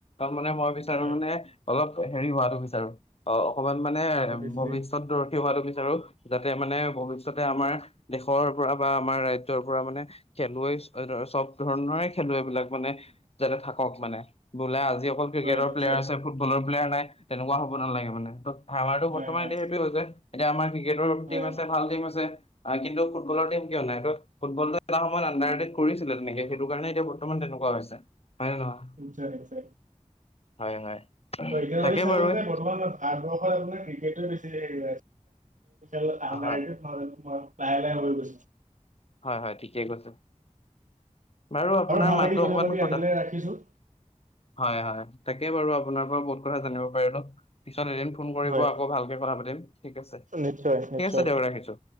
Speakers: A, on the left; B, on the right.
A: মানে মই বিচাৰো
B: হয়
A: মানে অলপ হেৰি হোৱাটো বিচাৰো অ' অকমান মানে
B: অভিয়াচলি
A: ভৱিষ্যত দৰ্থি হোৱাটো বিচাৰো। যাতে মানে ভৱিষ্যতে আমাৰ দেশৰ পৰা বা আমাৰ ৰাজ্যৰ পৰা মানে খেলুৱৈ চব ধৰণৰে খেলুৱৈবিলাক মানে যাতে থাকক মানে। বোলে আজি অকল ক্ৰিকেটৰ
B: হয় নিশ্চয়
A: প্লেয়াৰ আছে ফুটবলৰ প্লেয়াৰ নাই তেনেকোৱা হ'ব নালাগে মানে। ত আমাৰতটো
B: হয়
A: বৰ্তমান
B: হয়
A: এতিয়া সেই হৈছে। এতিয়া আমাৰ ক্ৰিকেটৰ
B: হয়
A: টিম আছে ভাল টিম আছে কিন্তু ফুটবলৰ টিম কিয় নাই ত ফুটবলটো এটা সময় আডাৰ কৰিছিলে তেনেকে সেইটো কাৰণে এতিয়া বৰ্তমান তেনেকুৱা হৈছে। হয় নে নহয়
B: উ চাৰেছোৰ
A: হয় হয়।
B: ত এতিয়া
A: তাকে
B: যদি চাবো
A: বাৰু হয়
B: যে বৰ্তমান ভাৰতবৰ্ষত আপোনাৰ ক্ৰিকেটে বেছি হৰি মই লাহে
A: হয়
B: লাহে হৈ গৈছো।
A: হয় হয় ঠিকেই কৈছে বাৰু আপোনাৰ
B: ভাল
A: মাতটো
B: লাগিল
A: অকমান
B: পাতি
A: কথা
B: আজিলৈ ৰাখিছো।
A: হয় হয়। তাকে বাৰু আপোনাৰ পৰা বহুত কথা জানিব পাৰি ল পিছত এদিন ফোন কৰিব
B: হয়
A: আকৌ ভালকে কথা পাতিম ঠিক আছে ঠিক
B: নিশ্চয় নিশ্চয়।
A: আছে দক ৰাখিছো।